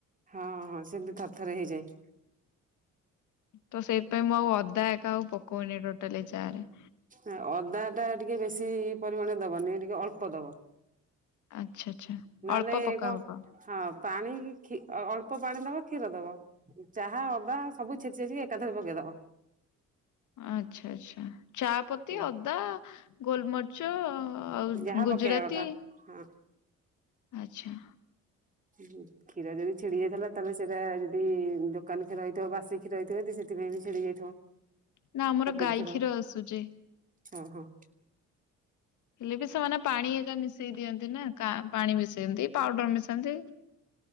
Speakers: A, on the right (about 25°); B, on the left (about 75°).
A: ହଁ ହଁ ସେମିତି ଥରେ ଥରେ ହେଇଯାଏ।
B: ତ ସେଇଥିପାଇଁ ମୁଁ ଆଉ ଅଦା ଏକା ଆଉ ପକଉନି ଟୋଟାଲି ଚାରେ।
A: ଆଁ ଅଦା ଟା ଟିକେ ବେଶୀ ପରିମାଣରେ ଦବନି ଟିକେ ଅଳ୍ପ ଦବ।
B: ଆଚ୍ଛା ଆଚ୍ଛା।
A: ନହେଲେ
B: ଅଳ୍ପ ପକା
A: କ
B: ହବ
A: ହଁ ପାଣିକି ଖି ଅଅଳ୍ପ ପାଣି ଦବ କ୍ଷୀର ଦବ। ଚାହା ଅଦା ସବୁ ଛେଚିଛିଚିକି ଏକାଥରେ ପକେଇଦବ।
B: ଆଛା ଆଚ୍ଛା। ଚା ପତି,
A: ହୁଁ
B: ଅଦା, ଗୋଲମରିଚ ଆଉ
A: ଯାହା
B: ଗୁଜୁରାତି
A: ପକେଇବା କଥା। ହଁ
B: ଆଚ୍ଛା।
A: ହୁଁ। କ୍ଷୀର ଯଦି ଛିଡି ଯାଇଥିଲା ତାହେଲେ ସେଇଟା ଯଦି ଦୋକାନ କ୍ଷୀର ହେଇଥିବ ବାସି କ୍ଷୀର ହେଇଥିବ ଯେଦି ସେଥିପାଇଁ ବି ଛିଡି ଯାଇଥିବ।
B: ନା ଆମର
A: ପ୍ୟାକେଟ୍
B: ଗାଈ
A: କ୍ଷୀର
B: ଆସୁଛି।
A: ହଁ ହଁ।
B: ହେଲେ ବି ସେମାନେ ପାଣି ଏକା ମିଶେଇ ଦିଅନ୍ତି ନା କା ପାଣି ମିଶେନ୍ତି ପାଉଡର୍ ମିଶାନ୍ତି।